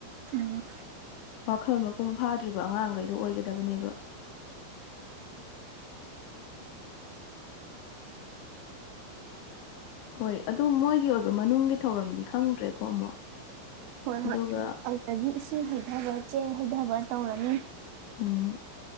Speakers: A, on the right; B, on the left.
A: ꯎꯝ
B: ꯋꯥꯈꯜ ꯃꯄꯨꯡ ꯐꯥꯗ꯭ꯔꯤꯕ ꯑꯉꯥꯡꯒꯩꯗꯣ ꯑꯣꯏꯒꯗꯕꯅꯦꯕ ꯍꯣꯏ ꯑꯗꯨ ꯃꯣꯏꯒꯤ ꯑꯣꯏꯕ ꯃꯅꯨꯡꯒꯤ ꯊꯧꯔꯝꯗꯤ ꯈꯪꯗ꯭ꯔꯦꯀꯣ ꯑꯃꯨꯛ
A: ꯍꯣꯏ
B: ꯑꯗꯨꯒ
A: ꯍꯣꯏ ꯑꯗꯨꯗꯒꯤ ꯏꯁꯤꯡ ꯍꯩꯊꯕ ꯆꯦꯡ ꯍꯩꯊꯕ ꯇꯧꯔꯅꯤ
B: ꯎꯝ